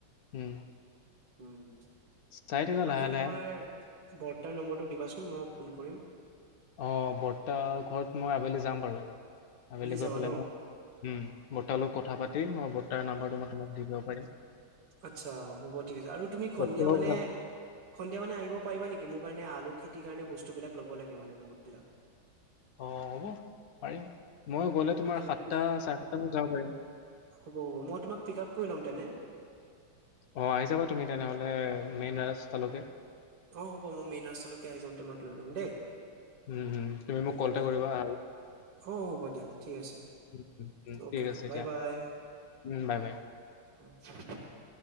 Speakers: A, on the left (about 75°); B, on the right (about 85°).
A: উম।
B: উম।
A: চাই থকা
B: বাকী
A: লাহে লাহে।
B: তোমাৰ বৰ্তাৰ নম্বৰটো দিবাচোন মই ফোন কৰিম।
A: অ বৰ্তা ঘৰত মই আবেলি যাম বাৰু। আবেলি গৈ
B: যাবা
A: পেলাই
B: ন
A: মই উ বৰ্তাৰ লগত কথা পাতি মই বৰ্তাৰ নাম্বাৰটো মই তোমাক দি দিব পাৰিম।
B: আচ্ছা হ'ব ঠিক আছে আৰু তুমি সন্ধিয়া
A: অ'
B: মানে সন্ধিয়া মানে আহিব পাৰিবা নেকি মোৰ কাৰণে আলু খেতি কাৰণে বস্তুবিলাক ল'ব লাগে মানে বহুত বিলাক।
A: অ হ'ব পাৰিম। মই গ'লে
B: হ'ব
A: তোমাৰ
B: তেনে
A: সাতটা
B: তুমি
A: চাৰে সাতটা মানত যাব পাৰিম।
B: হ'ব হ'ব মই তোমাক পিক আপ কৰি লম তেনে।
A: অ আহি যাবা তুমি তেনেহলে মেইন ৰাস্তালৈকে।
B: অ হ'ব মই মেইন ৰাস্তালৈকে আহি যাম তোমাক লৈ ল'ম দেই।
A: উম, উম, তুমি মোক
B: হ'ব
A: কল এটা
B: দিয়া
A: কৰিবা আৰু।
B: অ হ'ব দিয়া ঠিক আছে।
A: উম, উম, উম।
B: অ'কে
A: ঠিক
B: অ'কে
A: আছে
B: বাই
A: দিয়া।
B: বাই।
A: উম, বাই বাই।
B: <unintelligible>